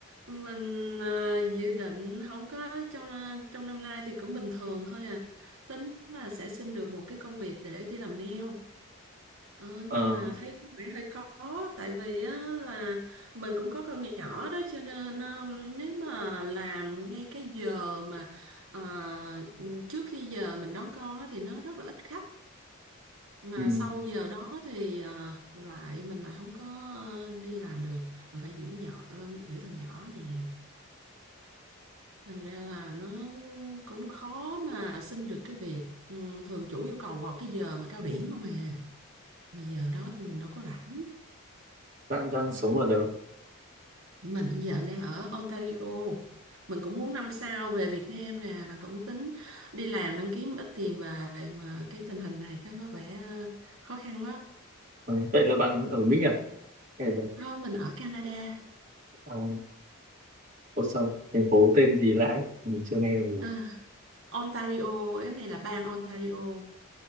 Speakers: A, on the right; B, on the right.
A: mình à, dự định không có trong à, trong năm nay thì cũng bình thường thôi à tính là sẽ xin được một cái công việc để đi làm nail ờ,
B: Ờ,
A: nhưng mà thấy có vẻ hơi khó tại vì á, là mình cũng có con nhỏ đó cho nên um, nếu mà làm ngay cái giờ mà à, trước khi giờ mình đón con á, thì nó rất là ít khách mà
B: ừ.
A: sau giờ đó thì à, lại mình lại không có ờ, đi làm được mình phải giữ nhỏ ờ, giữ thằng nhỏ nhà thành ra là nó cũng khó mà xin được cái việc Ừ, thường chủ yêu cầu vào cái giờ mà cao điểm không à mà giờ đó thì mình đâu có rảnh
B: bạn đang
A: Ờ,
B: sống ở đâu
A: mình hiện giờ đang ở Ontario mình cũng muốn năm sau về Việt Nam nè cũng tính đi làm đang kiếm ít tiền về mà cái tình hình này cái có vẻ ờ, khó khăn quá
B: Ừ, vậy là bạn ở Mỹ à hay là
A: không mình ở Canada
B: ờ, Ô sao thành phố tên gì Lãi mình chưa nghe rồi
A: À, Ontario cái này là bang Ontario